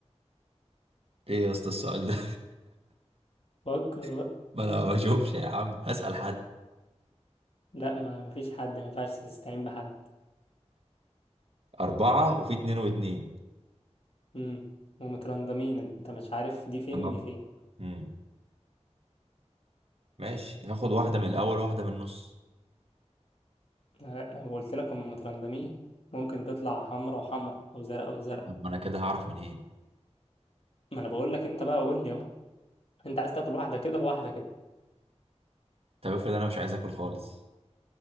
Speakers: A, on the right; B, on the left.
A: إيه يا اسطى السؤال ده؟
B: فكر
A: <laughs>
B: بقى
A: ما أنا ما بشوفش يا عم هسأل حد
B: لا ما مفيش حد ما ينفعش تستعين بحد
A: أربعة وفي اتنين واتنين
B: امم ومترندمين أنت مش عارف دي فين
A: تمام
B: ودي فين
A: مم. ماشي هاخد واحدة من الأول واحدة من النص
B: لا، أنا قلت لك هم مترندمين ممكن تطلع حمرا وحمرا أو زرق أو زرق
A: طب ما أنا كده هعرف منين؟
B: ما أنا بقول لك أنت بقى قول لي أهو انت عايز تاكل واحدة كده واحدة كده
A: طب افرض أنا مش عايز آكل خالص